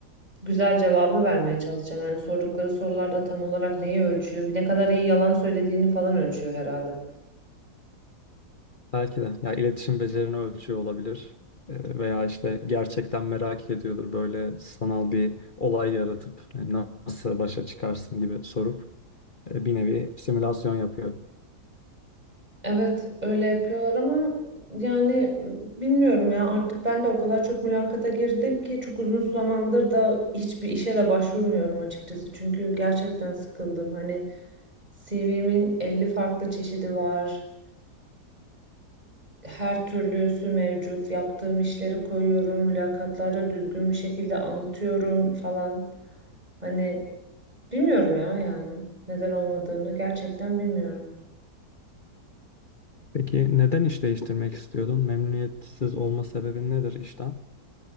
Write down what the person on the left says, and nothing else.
Belki de. Ya iletişim becerini ölçüyor olabilir. E, Veya işte gerçekten merak ediyordur böyle sanal bir olay yaratıp e, nasıl başa çıkarsın gibi sorup e, bir nevi simülasyon yapıyor.
Peki neden iş değiştirmek istiyordun? Memnuniyetsiz olma sebebin nedir işten?